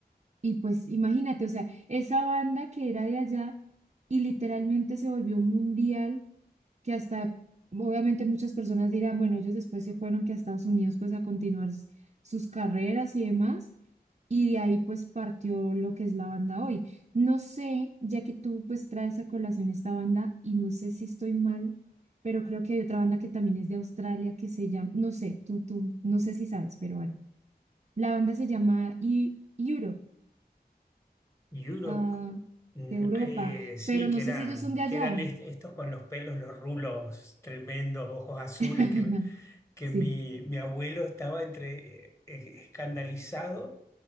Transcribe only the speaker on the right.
Y pues imagínate, o sea, esa banda que era de allá y literalmente se volvió mundial, que hasta, obviamente muchas personas dirán, bueno, ellos después se fueron que a Estados Unidos pues a continuar s- sus carreras y demás, y de ahí pues partió lo que es la banda hoy. No sé, ya que tú pues traes a colación esta banda y no sé si estoy mal, pero creo que hay otra banda que también es de Australia que se llama, no sé, tú, tú, no sé si sabes, pero bueno, la banda se llama... E- Europe
ah,
de Europa,
pero no
sé si ellos son de
allá.
<laughs>
Sí,